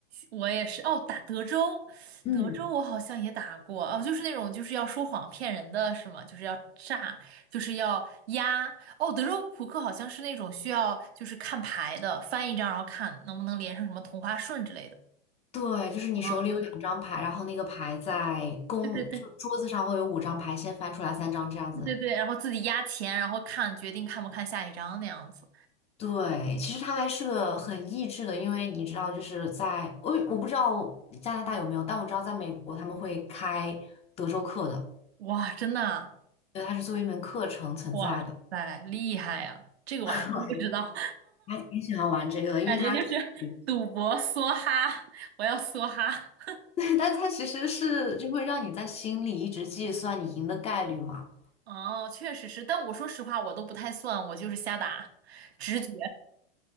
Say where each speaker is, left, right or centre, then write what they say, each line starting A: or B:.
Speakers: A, on the right; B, on the left.
A: 我也是，哦，打德州，
B: 嗯，
A: 德州我好像也打过，哦，就是那种就是要说谎骗人的是吗？就是要诈，就是要压。哦，德州扑克好像是那种需要就是看牌的，翻一张然后看能不能连上什么同花顺之类的。
B: 对，就是你手里有两张牌，
A: 啊。
B: 然后那个牌在公，
A: 对对对
B: 就桌子上会有五张牌，先翻出来三张这样子。
A: 对对对，然后自己压钱，然后看决定看不看下一张那样子。
B: 对，其实它还是个很益智的，因为你知道，就是在我我不知道加拿大有没有，但我知道在美国他们会开德州课的。
A: 哇，真的啊
B: 对，它是作为一门课程存在的。
A: 哇塞，厉害呀！这个我还真不知道，
B: <laughs> 我还挺喜欢玩这个的，
A: <laughs>
B: 因为它可以，
A: 感觉就是赌博梭哈，我要梭哈。
B: <laughs> 对，但它其实是就会让你在心里一直计算你赢的概率嘛。
A: 哦，确实是，但我说实话，我都不太算，我就是瞎打，直觉。